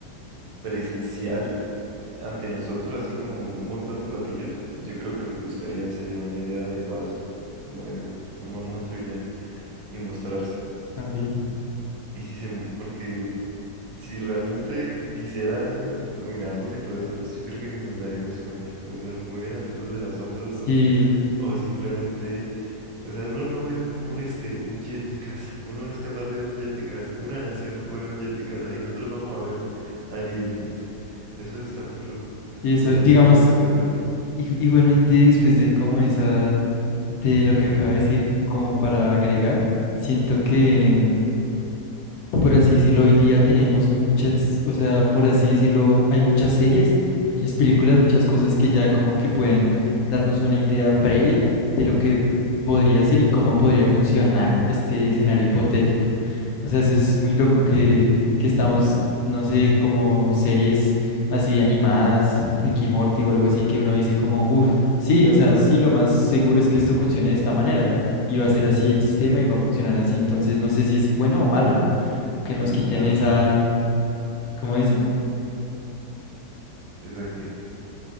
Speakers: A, on the right (about 65°); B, on the left (about 70°).
A: presencial ante nosotros, así como un montón de platillos, yo creo que lo que buscarían sería una idea de paz, como de, "Uf, somos nosotros y ya, y mostrarse.
B: También.
A: Y si se, m- porque si realmente quisieran dominarnos y todo eso, pues yo creo que ni nos daríamos cuenta. O sea, lo podrían hacer desde las sombras
B: Sí,
A: o, o simplemente, o sea, uno no ve un, un, este, un jet de casa. Uno no es capaz de ver un jet de casa. Una nación no puede ver un jet de casa y nosotros vamos a ver alienígenas. Eso de estar muy loco.
B: y eso,
A: O sea,
B: digamos,
A: no seríamos capaces.
B: i- igualmente después de como esa, de lo que acaba de decir, como para agregar, siento que por así decirlo, hoy día tenemos muchas, o sea, por así decirlo, hay muchas series, muchas películas, muchas cosas que ya como que pueden darnos una idea previa de lo que podría ser y cómo podría funcionar este escenario hipotético. O sea, eso es muy loco que, que estamos,
A: que el-
B: no sé, como series así animadas, Ricky Morty o algo así, que uno dice como, uff, sí, o sea, sí, lo más seguro es que esto funcione de esta manera y va a ser así el sistema y va a funcionar así. Entonces, no sé si es bueno o malo, ¿no? que
A: cuando
B: nos quiten
A: el arte
B: esa, ¿cómo dice?
A: es aquí,